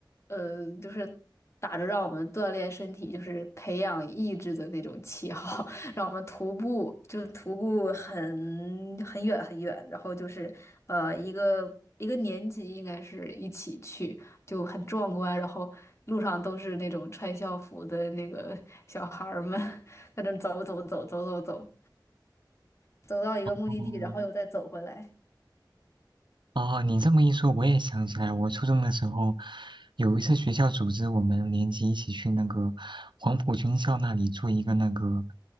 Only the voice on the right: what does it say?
哦，
哦，你这么一说，我也想起来，我初中的时候有一次学校组织我们年级一起去那个黄埔军校那里做一个那个，